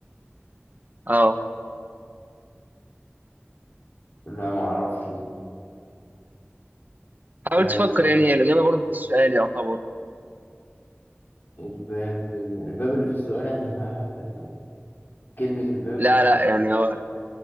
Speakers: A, on the right; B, on the left.
A: أه
B: لا ما اعرفش إيه. باب
A: حاول تفكر
B: ما ينفع
A: يعني هي الإجابة برضه في السؤال يعتبر
B: الباب الباب اللي في السؤال يعني <laughs> ما ينفعش افتحه كلمة الباب
A: لا
B: ولا
A: لا يعني هو